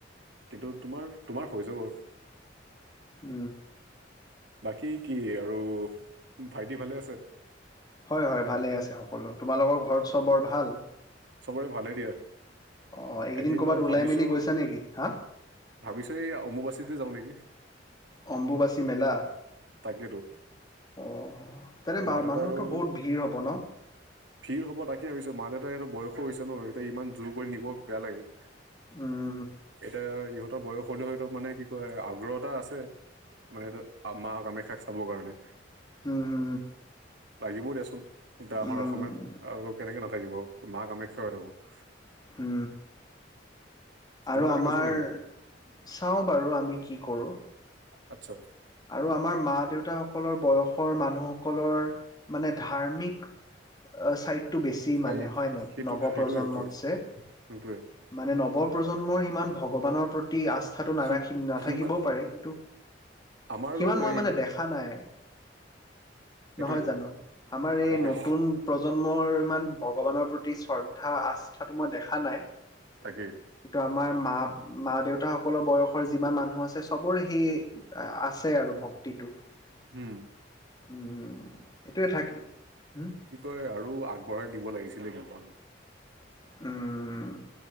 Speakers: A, on the right; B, on the left.
A: কিন্তু তোমাৰ তোমাৰ হৈ যাব
B: উ
A: বাকী কি আৰু ভাইটি ভালে আছে।
B: হয় - হয় ভালে আছে সকলো তোমালোকৰ ঘৰত চবৰ ভাল?
A: চবৰে ভালেই দিয়া
B: অঁ এইকেইদিন
A: এদিন
B: ক'ৰবাত
A: অ
B: ওলাই
A: ভাবিছো
B: মেলি গৈছা নেকি হা
A: ভাবিছো এই অম্বুবাচীতে যাওঁ নেকি?
B: অম্বুবাচী মেলা
A: তাকেতো
B: অ, তাতে মা
A: দেউতা
B: মানুহতো
A: আৰু
B: বহুত ভিৰ হব ন?
A: ভিৰ হ'ব তাকে ভাবিছো মা, দেউতা কিন্তু বয়সো হৈছে ন এতিয়া ইমান জোৰ কৰি নিব বেয়া লাগে।
B: উ।
A: এতিয়া ইহঁতৰ বয়স হলেও হয়তো মানে কি কয় আগ্ৰহ এতা আছে মানে <unintelligible> আ, মা কামাখ্যাক চাবৰ কাৰণে
B: উ, উ
A: লাগিবও দেচোন এতিয়া
B: উম,
A: আমাৰ অসমীয়াত আৰু কেনেকে নাথাকিব মা কামাখ্যা <unintelligible>
B: উ,
A: তোমালোকে
B: আৰু আমাৰ
A: নোযোৱা নেকি
B: চাওঁ বাৰু আমি কি কৰোঁ।
A: আচ্ছা।
B: আৰু আমাৰ মা দেউতাসকলৰ বয়সৰ মানুহসকলৰ মানে ধাৰ্মিক ছাইডটো বেছি মানে
A: এই
B: হয়নে
A: সেইটো
B: নৱপ্ৰজন্মতছে?
A: সেইটোৱে সেইটোৱে সেইটোৱে
B: মানে নৱ প্ৰজন্মৰ ইমান ভগৱানৰ প্ৰতি আস্থাটো নাৰাখি
A: সি
B: নাথাকিবও
A: সিমান
B: পাৰে কিন্তু
A: আমাৰো
B: সিমান
A: নাই
B: মই মানে দেখা নাই।
A: সেইটোৱেতো
B: নহয় জানো? আমাৰ এই
A: তাকে
B: নতুন প্ৰজ প্ৰজন্মৰ ইমান ভগৱানৰ প্ৰতি শ্ৰদ্ধা, আস্থাটো মই দেখা নাই।
A: তাকে।
B: কিন্তু আমাৰ মা, মা দেউতাসকলৰ বয়সৰ যিমান মানুহ আছে চবৰে হেই আছে আৰু ভক্তিটো। <unintelligible>
A: উম ঐ আৰু আগবঢ়াই দিব লাগিছিলে কিন্তু।
B: উম